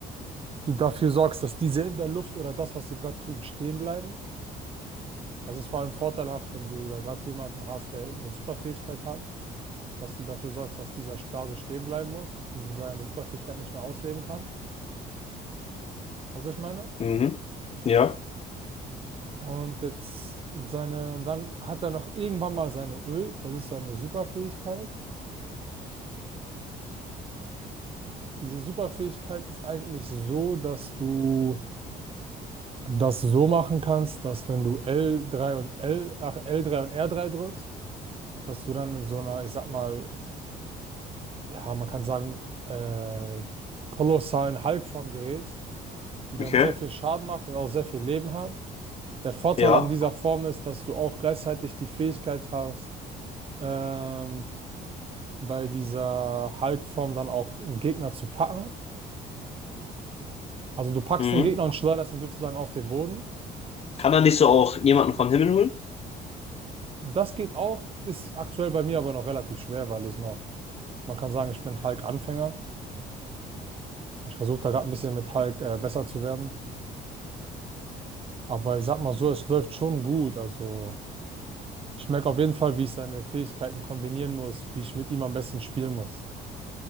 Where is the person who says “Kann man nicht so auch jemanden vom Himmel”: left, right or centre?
Left